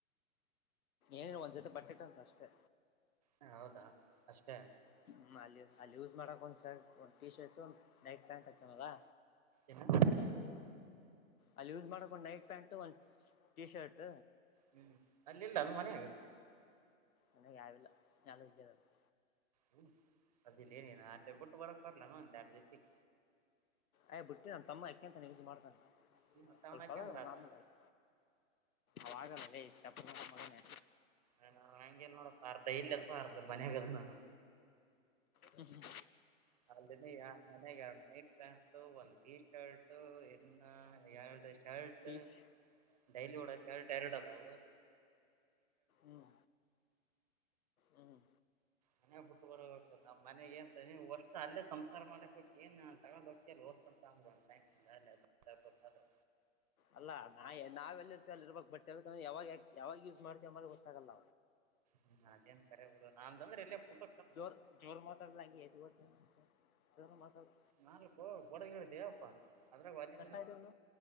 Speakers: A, on the left; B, on the right.
A: ಏನ ಒಂದ್ ಜೊತೆ ಬಟ್ಟೆ ತಗೊಂಡೆ ಅಷ್ಟೆ
B: ಹಾ ಹೌದಾ ಅಷ್ಟೇ
A: ಹುಂ ಅಲ್ಲಿ ಅಲ್ಲಿ ಯೂಸ್ ಮಾಡಕ್ ಒಂದ್ ಶರ್ಟ್ ಒಂದ ಟಿ ಶರ್ಟ್ ನೈಟ್ ಪ್ಯಾಂಟ್ ಇರ್ತವಲ್ಲಾ
B: ಏನು
A: ಅಲ್ಲಿ ಯೂಸ್ ಮಾಡೋಕ್ಕೆ ಒಂದು ನೈಟ್ ಪ್ಯಾಂಟು ಒಂದು ಟಿ ಶರ್ಟ್
B: ಹ್ಮ್ ಅಲ್ಲಿಲ್ಲ ಅಲ್ ಮನ್ಯಾಗ
A: ಅ ಯಾವಿಲ್ಲ <unintelligible>
B: ಹುಂ ಅದಲ್ಲಿ ಏನು ಅ ಬುಟ್ಟು ಬರಕ್ ಬರ್ಲ ನ ಅಂತ ಎಡು ಜೊತೆಗೆ
A: ಆಯ್ ಬಿಟ್ಟೆ ನಾನ ತಮ್ಮ ಆಕೆಂತಾನ ಯೂಸ್ ಮಾಡ್ತಾನೆ
B: ಹ್ಮ ಟೌನ್
A: ಸ್ವಲ್ಪ
B: ಹಾಕಂದ್ರ
A: ಅದಾವ್
B: ಆತ
A: ನಾರ್ಮಲ್ ಆಗಿ ಅವಾಗಲ್ಲ ಲೇ ಚಪ್ಪರ್ ನನ್ ಮಗನೇ
B: ನಾನ್ ಹಂಗ ಇಲ್ ನೋಡೋ ಅರ್ಧಾ ಇಲ್ಲಿ ಅದಾವ ಅರ್ಧಾ ಮನೆಯಾಗ ಅದಾವ ನನು
A: ಹುಂ ಹುಂ
B: ಅಲ್ ರೇಡಿ ಮನೆಗೆ ಎರಡ ನೈಟ್ ಪ್ಯಾಂಟ್ ಒಂದ್ ಟೀ ಶರ್ಟ್ ಇನ್ನು ಎರಡ ಶರ್ಟ್
A: ಟೀಶ್
B: ಡೈಲಿ ಉಡ ಶರ್ಟ್ ಎರಡು ಅದವು
A: ಹ್ಮ್ ಹ್ಮ್
B: ಮನೆ ಬುಟ್ಟು ಬರ ಮನೆಗೇನ್ ತನೀವು ವಷ್ಟು ಅಲ್ಲೇ ಸಂಸಾರ ಮಾಡಕೊಟ್ಟಿ ಏನ್ ತಗೊಂಡ್ ಹೋಗ್ತೀನ್ <unintelligible> ಅಂದ್ರ ಒಂದ್ ಟೈಮ್ ಮ್ಯಾಲೆ <unintelligible>
A: ಅಲ್ಲ ನಾ ನಾವೆಲ್ಲಿರ್ತವ ಅಲ್ಲಿ ಇರಬೇಕ್ ಬಟ್ ಯದಕಂದ್ರ ಯಾವಾಗ ಯ ಯಾವಾಗ ಯೂಸ್ ಮಾಡ್ತೀವಿ ಅಂಬದೆ ಗೊತ್ತಾಗಲ್ಲ.
B: ಹ್ಮ ಅದೇನ್ ಕರೆ ಬಿಡ ನ ಅಂದಂದ್ರ ಎಲ್ಲೇ ಪುಟ್ಟ
A: ಜೋರ್ ಜೋರ್ ಮಾತಾಡಲ್ಲ ಹಂಗೆ <unintelligible> ಜೋರು ಮಾತಾಡು.
B: ನಾಲ್ಕು ಬೋಡಗ ಹೇಳಿದ್ದೇವಪ್ಪಾ ಅದ್ರಾಗ ವದಿ
A: ಕಟ್ಟಾಯ್ತಲ್ಲ